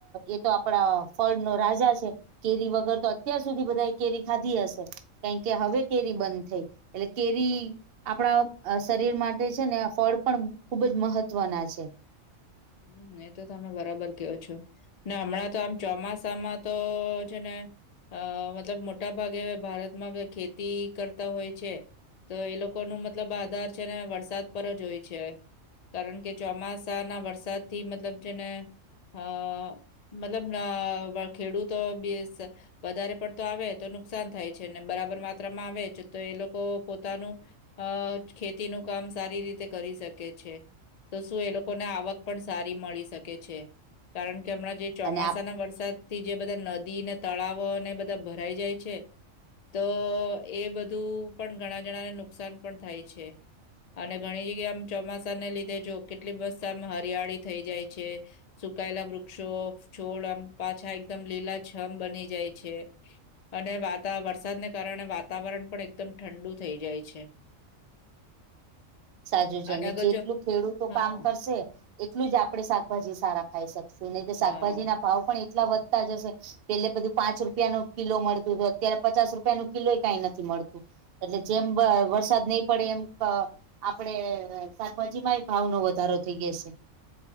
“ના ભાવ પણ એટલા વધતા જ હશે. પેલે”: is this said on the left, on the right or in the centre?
Right